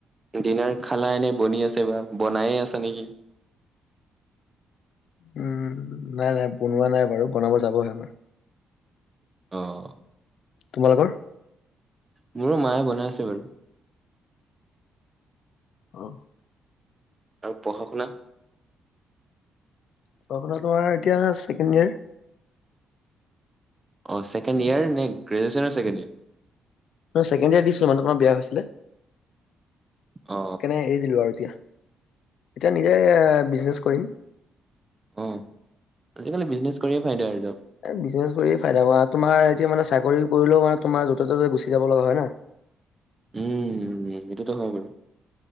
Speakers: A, on the right; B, on the left.
A: ডিনাৰ খালা এনেই বনি আছে বা বনায়ে আছা নেকি
B: উম নাই নাই বনোৱা নাই বাৰু বনাব যাবহে আমাৰ
A: অঁ
B: তোমালোকৰ
A: মোৰো মায়ে বনাই আছে বাৰু
B: অঁ
A: আৰু পঢ়া শুনা
B: পঢ়া শুনা তোমাৰ এতিয়া ছেকেণ্ড ইয়েৰ
A: অঁ ছেকেণ্ড ইয়াৰ নে গ্ৰেজুৱেচনৰ ছেকেণ্ড ইয়াৰ
B: ছেকেণ্ড ইয়াৰ দিছিলো মানে তোমাৰ বেয়া হৈছিলে
A: অ
B: কেনে এৰি দিলো আৰু এতিয়া এতিয়া নিজে বিজনেছ কৰিম
A: অঁহ আজিকালি বিজনেচ কৰিয়ে ফাইদা আৰু
B: এক বিজনেছ কৰি ফাইদা আৰু তোমাৰ এতিয়া মানে চাকৰি কৰিলেও মানে তোমাৰ য'তে ত'তে গুচি যাব লগা হয় না
A: উম এইটোতো হয় বাৰু